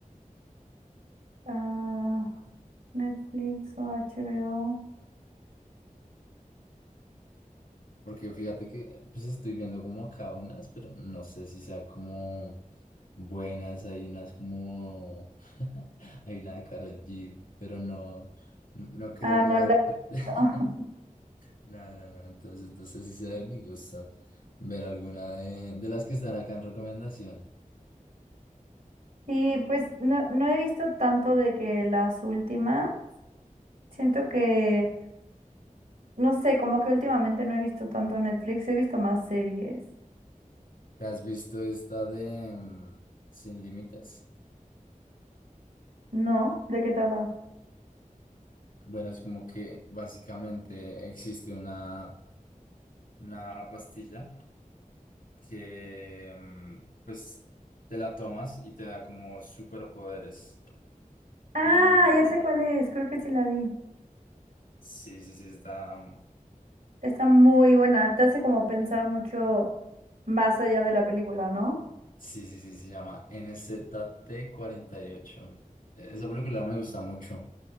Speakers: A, on the right (about 85°); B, on the left (about 85°).
A: Ah, Netflix o HBO.
B: Porque fíjate que pues estoy viendo como acá unas, pero no sé si sea como buenas. Hay unas como <laughs> hay una de Karol G, pero no, no creo
A: Ah,
B: que
A: no
B: me
A: la he visto.
B: <laughs>
A: <laughs>
B: No, no, no. Entonces no sé si sea de mi gusto ver alguna de, de las que están acá en recomendación.
A: Sí, pues no, no he visto tanto de que las últimas. Siento que, no sé, como que últimamente no he visto tanto Netflix, he visto más series.
B: ¿Te has visto esta de mm, Sin Límites?
A: ¿No? ¿De qué trata?
B: Bueno, es como que básicamente existe una, una pastilla. que mm, pues te la tomas y te da como superpoderes.
A: Ah,
B: Y
A: ya sé cuál es, creo que sí la vi.
B: sí, sí, sí, está...
A: Está muy buena, te hace como pensar mucho más allá de la película, ¿no?
B: Sí, sí, sí, se llama nzt ocho E-, Esa película me gusta mucho.